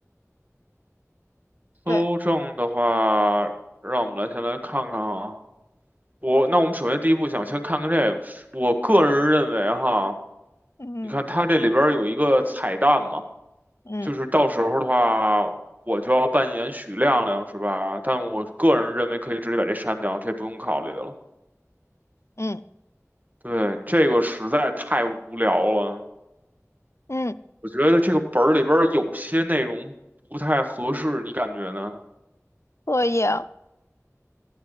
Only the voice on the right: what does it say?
搜证的话，
让我们来先来看看啊。我，那我们首先第一步想先看看这个，我个人认为哈，
你看它这里边儿有一个彩蛋嘛。
就是到时候的话，我就要扮演许亮亮，是吧？但我个人认为可以直接把这删掉，这不用考虑了。
对，这个实在太无聊了，
我觉得这个本儿里边儿有些内容不太合适，你感觉呢？